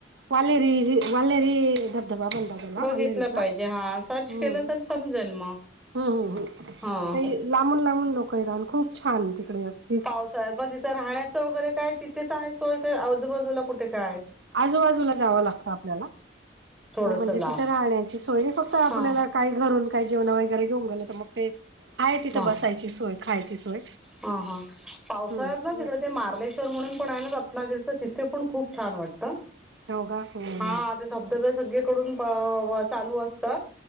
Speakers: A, on the right; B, in the centre.
A: वालेरी वालेरी धबदबा म्हणतात. त्याला
B: बघितलं
A: वालेरीच
B: पाहिजे
A: हम
B: हा सर्च केलं तर समजेल
A: खूप
B: मग
A: हम हम..
B: हा.
A: लांबून लांबून लोकं येतातं, खूप छान तिकडे असं
B: पावसाळ्यात म तिथं राहण्याचं वगैरे काय तिथेचं आहे. सोय काय आजूबाजूला कुठे काय आहे?
A: आजूबाजूला जावं लागतं आपल्याला,
B: थोडस
A: हो म्हणजे
B: लांब.
A: तिथं राहण्यांची सोय फक्त आपल्याला
B: हा
A: काह घरून काय जेवण वगैरे घेऊन गेले तर मग ते आहे तिथं
B: वा
A: बसायची सोय, खायची सोय.
B: हा हा पावसाळ्यात
A: हम्म
B: ना तिकडे ते मार्लेश्वर स्वर म्हणून पण आहे ना रत्नागिरीचा तिथे पण खूप छान वाटतं.
A: हो का हम्म
B: हा त्यात धबधबे सगळीकडूनं चालू असतात.